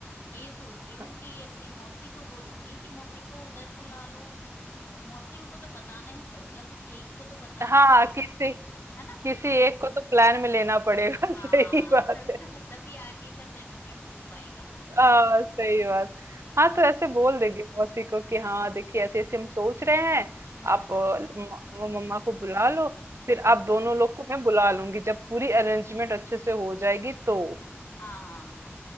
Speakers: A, on the left; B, on the right.
A: ये सोच रही हूँ
B: हाँ
A: कि अपनी मौसी को बोलूंगी कि मम्मी को उधर बुला लो मौसियों को तो बताना ही पड़ेगा फिर एक को तो बताना
B: हाँ,
A: पड़ेगा
B: किसी
A: है ना
B: किसी एक को तो प्लान में लेना पड़ेगा
A: हाँ
B: <laughs> सही बात
A: तभी
B: है
A: तो तभी आगे का सेटलमेंट हो पाएगा
B: हाँ सही बात हाँ
A: और
B: तो ऐसे बोल देगी मौसी को कि हाँ देखिए ऐसे ऐसे हम सोच रहे हैं
A: हम्म
B: आप अ, म- वो मम्मा को बुला लो फिर
A: हम्म
B: आप दोनों लोग को मैं बुला लूंगी जब पूरी अरेंजमेंट अच्छे से हो जाएगी तो
A: हाँ